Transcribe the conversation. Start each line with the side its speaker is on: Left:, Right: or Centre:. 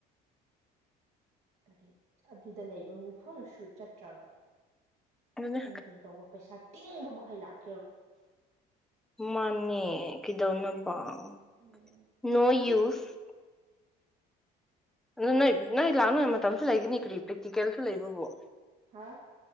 Right: ꯀꯔꯤ ꯑꯗꯨꯗ ꯂꯩꯕ ꯃꯤꯐꯝ ꯁꯨ ꯆꯠꯇ꯭ꯔꯒ
Centre: ꯑꯗꯨꯅꯦ
Right: ꯑꯩꯅ ꯀꯔꯤ ꯇꯧꯕ ꯄꯩꯁꯥ ꯇꯤꯡꯕꯃꯛ ꯈ ꯂꯥꯛ
Centre: ꯃꯥꯅꯤ ꯀꯗꯧꯅ ꯑ
Right: ꯎꯝ
Centre: ꯅꯣ ꯌꯨꯁ ꯑꯗꯨ ꯅꯣꯏ ꯅꯣꯏ ꯂꯥꯛꯅꯕꯉꯩ ꯃꯇꯝꯁꯨ ꯂꯩꯒꯅꯤ ꯀꯔꯤ ꯄ꯭ꯔꯦꯛꯇꯤꯀꯦꯜꯁꯨ ꯂꯩꯕꯕꯨꯣ
Right: ꯍꯥ